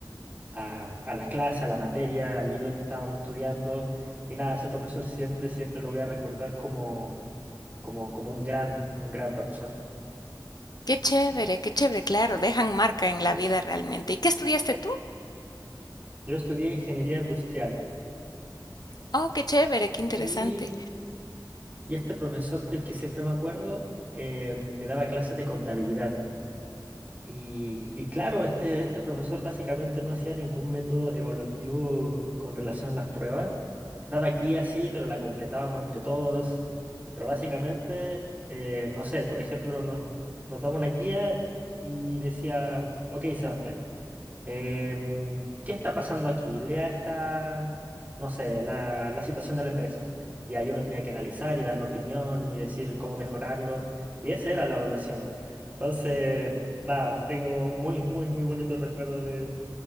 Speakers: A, on the right (about 20°); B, on the left (about 60°).
A: a, a las clases, a la materia, al libro que estábamos estudiando. Y nada, ese profesor siempre, siempre lo voy a recordar como, como, como un gran, un gran profesor.
B: Qué chévere, qué chévere. Claro, dejan marca en la vida realmente. ¿Y qué estudiaste tú?
A: Yo estudié ingeniería industrial
B: Oh, qué chévere, qué interesante.
A: y... Y este profesor del que siempre me acuerdo eh, me daba clases de contabilidad. Y, y claro, este, este profesor básicamente no hacía ningún método evaluativo con relación a las pruebas. Daba aquí así, pero la completábamos entre todos. Pero básicamente, eh, no sé, por ejemplo, no- nos daba una guía y decía, ok, Sebastián. Em, ¿qué está pasando aquí? Lea esta, no sé, la, la situación de la empresa. Y ahí uno tenía que analizar y dar la opinión y decir cómo mejorarlo. Y esa era la evaluación. Entonces, nada, tengo muy, muy, muy bonito recuerdo de